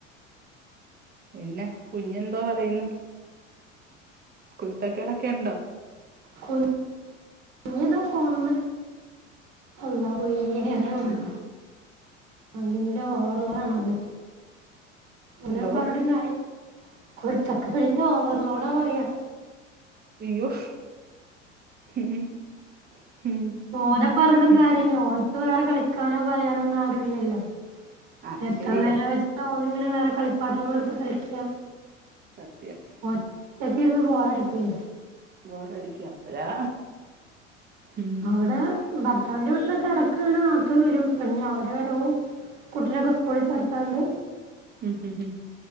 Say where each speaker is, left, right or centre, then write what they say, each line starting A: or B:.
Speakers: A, on the right; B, on the right.
A: പിന്നെ കുഞ്ഞെന്തോ പറയുന്നു കുരുത്തക്കേടൊക്കെ ഉണ്ടോ
B: കുഞ്ഞിതാ പോണെന്ന് അള്ളാഹുവേ അറിയൂള്ളു
A: ഉം
B: കണ്ണിന്റെ ഓർലാണ് ആള് ഓനെ
A: എന്തോ
B: പറഞ്ഞിട്ടും കാര്യമില്ല കുരത്തക്കേടിന്റെ ഓവർലോഡാ പറയുവാ
A: ഇയ്യോ ഉം ഉം
B: ഓനെ പറഞ്ഞിട്ടും
A: ഉം
B: കാര്യവില്ലല്ലോ ഓനക്ക് വേറെ കളിക്കാനോ പറയാനോ ഒന്നും ആരും ഇല്ലല്ലോ
A: അത്
B: എത്ര
A: ശെരിയാ
B: നേരം വെച്ചിട്ട ഓനിങ്ങനെ വേറെ കളിപ്പാട്ടങ്ങൾ എടുത്ത് കളിക്കുക
A: സത്യം
B: ഒറ്റക്കിരുന്ന് ബോറടിക്കുവേ
A: ബോറടിക്കും അപ്പഴാ ഉം
B: അവിടെ ഭർത്താവിന്റെ വീട്ടിലൊക്കെ ഇടക്ക് ഇങ്ങനെ നാത്തൂൻ വരും ഇപ്പൊ ഇനി അവരുടെ വരവും കുട്ടീനെ ഒക്കെ സ്കൂളിൽ ചേർത്തകൊണ്ട്
A: ഉം ഉം